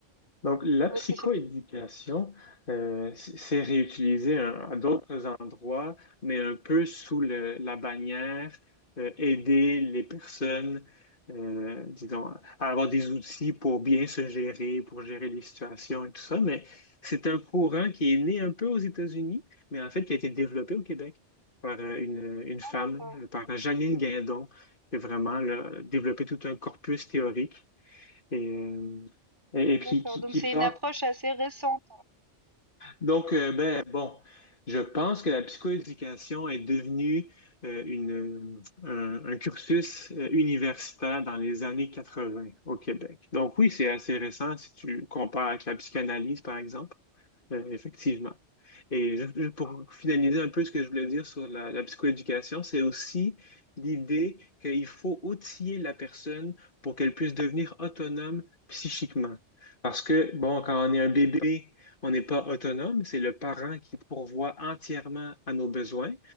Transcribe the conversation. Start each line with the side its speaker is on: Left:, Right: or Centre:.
Left: Donc, la
Right: ou
Left: psychoéducation,
Right: est-ce que c'est plus...
Left: euh, c- c'est réutilisé hein, à d'autres endroits, mais un peu sous le- la bannière euh, aider les personnes, euh, disons, à avoir des outils pour bien se gérer, pour gérer les situations et tout ça. Mais c'est un courant qui est né un peu aux États-Unis, mais en fait qui a été développé au Québec par euh, une, une femme,
Right: Ah, d'accord,
Left: euh, par Janine Guindon, qui a vraiment là, développé tout un corpus théorique et, euh, et, et
Right: d'accord.
Left: qui, qui,
Right: Donc
Left: qui
Right: c'est
Left: partent.
Right: une approche assez récente.
Left: Donc, euh, ben, bon, je pense que la psychoéducation est devenue euh, une, euh, un, un cursus euh, universitaire dans les années 80 au Québec. Donc, oui, c'est assez récent si tu compares avec la psychanalyse, par exemple euh, effectivement. Et je- je- pour finaliser un peu ce que je voulais dire sur la, la psychoéducation, c'est aussi l'idée qu'il faut outiller la personne pour qu'elle puisse devenir autonome psychiquement. Parce que, bon, quand on est un bébé, on n'est pas autonome, c'est le parent qui pourvoit entièrement à nos besoins.